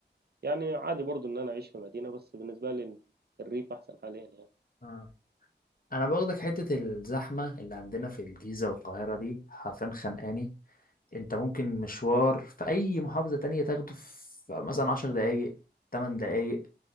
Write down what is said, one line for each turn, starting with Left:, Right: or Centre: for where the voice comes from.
Right: يعني عادي برضو ان انا اعيش في مدينة بس بالنسبة لي الريف احسن حاليا يعني
Left: اه انا باخدك حتة الزحمة اللي عندنا في الجيزة والقاهرة دي حرفيا خانقاني انت ممكن مشوار في اي محافظة تانية تاخده في مثلا عشر دقايق تمن دقايق